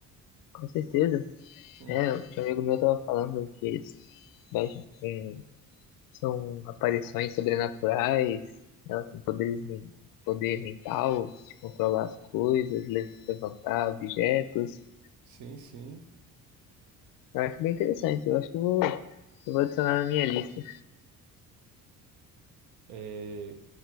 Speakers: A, on the left; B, on the right.
A: Com certeza.
B: Hum,
A: É, o tio amigo meu tava falando que eles mexem com- são aparições sobrenaturais, ela tem poderes, men- poder mental, de controlar as coisas, le- levantar objetos.
B: sim, sim.
A: Eu acho bem interessante, eu acho que eu vou, eu vou adicionar na minha lista.
B: É,